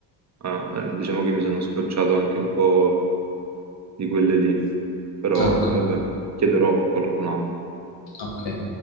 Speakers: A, on the right; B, on the left.
A: eh, diciamo che mi sono scocciato anche un po' di quelle lì. Però
B: Ah, ok.
A: vabbè, chiederò a qualcun altro.
B: ok.